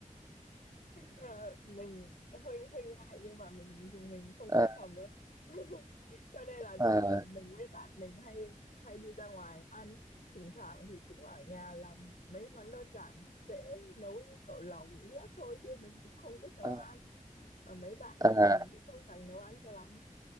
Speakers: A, on the left (about 80°); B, on the right (about 25°).
A: Ờ, mình hơi hơi ngại nhưng mà mình mình không
B: à,
A: có chồng đâu. <laughs> Cho nên là
B: à,
A: thường thường mình với bạn mình hay hay đi ra ngoài ăn, thỉnh thoảng thì cũng ở nhà làm mấy món đơn giản dễ nấu như kiểu lẩu liếc thôi chứ mình cũng không biết nấu
B: à,
A: ăn. Ờ, mấy bạn
B: à,
A: của mình cũng không dành nấu ăn cho lắm.